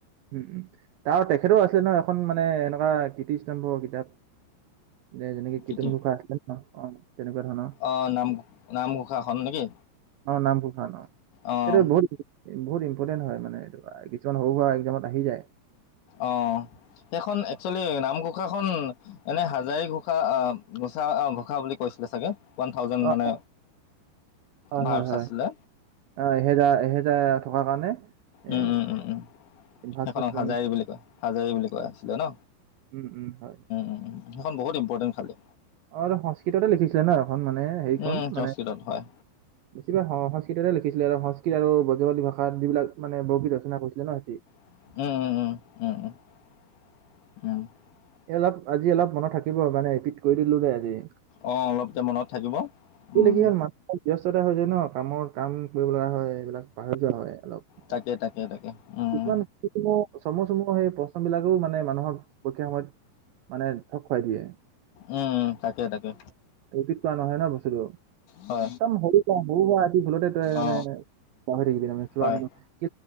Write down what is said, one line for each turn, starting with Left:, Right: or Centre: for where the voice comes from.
Right: উ, উম, তাৰ তেখেতৰ আছিলে নহয় এখন মানে এনেকুৱা কীৰ্তিস্তম্ভ কিতাপ। উ দে যেনেকে
Left: কিটি
Right: কীৰ্তন ঘোষা আছিলে ন অ তেনেকুৱা ধৰণৰ
Left: অঁ নাম নামঘোষাখন নেকি
Right: অ নাম ঘোষা ন অ
Left: অঁ
Right: এটো বহুত বহুত ইম্পৰ্টেণ্ট হয় মানে এই কিছুমান সৰু সুৰা একজামত আহি যায়
Left: অ সেইখন একচুৱেলি নাম ঘোষা ঘোষা খন এনে হাজাৰী ঘোষা আহ ঘোষা ঘোষা বুলি কৈছিলে চাগে ওৱান থাউজেণ্ড
Right: অ
Left: মানে
Right: হয়
Left: ভাৰ্বছ
Right: হয় হয়
Left: আছিলে
Right: এহেজাৰ এহেজাৰ থকাৰ কাৰণে
Left: উম
Right: এ
Left: উম উম উম
Right: ভাগ
Left: সেইখনক
Right: চিচ মানে
Left: হাজাৰী বুলি কয় হাজাৰী বুলি কোৱা আছিলে ন
Right: উম উম হয়
Left: উম উম। সেইখন ইম্পৰ্টেন খালী
Right: অ সংস্কৃততে লিখিছিলে ন এখন মানে হেৰিখন
Left: উম সংস্কৃতত
Right: মানে
Left: হয়
Right: বেছি হ সংস্কৃততে লিখিছিলে আৰু সংস্কি আৰু্ বজাৱলী ভাষা যিবিলাক মানে বৰগীত ৰচনা কৰিছিল ন সিহতে
Left: উম উম উম উম উম উম
Right: এই অলপ আজি অলপ মনত থাকিব মানে ৰিপিট কৰি দিলোঁ দ যে আজি
Left: অ অলপ কে মনত থাকিব উম
Right: কি হল মানুহ ব্যস্ততা হৈ যায় ন কামৰ কাম কৰিব লগা হয় এইবিলাক পাহৰি যোৱা হয় অলপ মানে
Left: তাকে তাকে তাকে উম
Right: কিছুমান চ চমু চমু সেই প্ৰশ্নবিলাকো মানে মানুহক প্ৰকীয়া সময়ত মানে থুপ খুৱাই দিয়ে
Left: উম তাকে তাকে
Right: পিত কৰা নহয় ন বস্তু
Left: হয়
Right: একদম হ ক হ হয় আজি ভুলতে ত মানে
Left: অ
Right: পাহৰিবি
Left: হয়
Right: চ